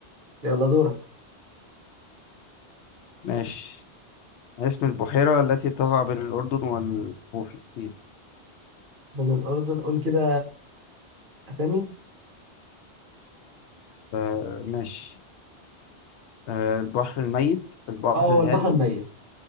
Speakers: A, on the right; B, on the left.
A: يلا دورك
B: ماشي اسم البحيرة التي تقع بين الأردن وال- وفلسطين
A: من الأردن قول كده أسامي
B: آه ماشي آه البحر الميت البحر
A: اه هو
B: الهادي
A: البحر الميت